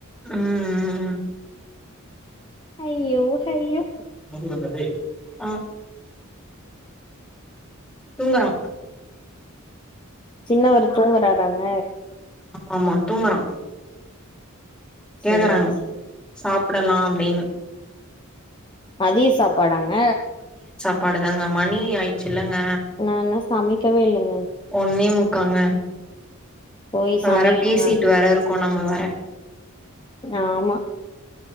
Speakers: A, in the centre; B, on the left.
A: ம் ம்ம்
B: ஐயோ ஹயோ
A: <unintelligible> ஆ <inaudible> தூங்கரான்
B: சின்னவரு தூங்கறாராங்க
A: ஆமா தூங்கரா கேக்குறாங்க
B: சேரி சேரி
A: சாப்பிடலாம் அப்டின்னு
B: மதிய சாப்பாடாங்க
A: ப்பாடு தாங்க மணி ஆயிச்சு இல்லங்க
B: நா இன்னு சமைக்கவே இல்லங்
A: ஒன்னே முக்காங்க
B: போய்
A: இப்ப
B: சமைக்கணுங்க
A: வேர பேசிட்டு வேர இருக்கோம் நம்ம வேர
B: ஆமா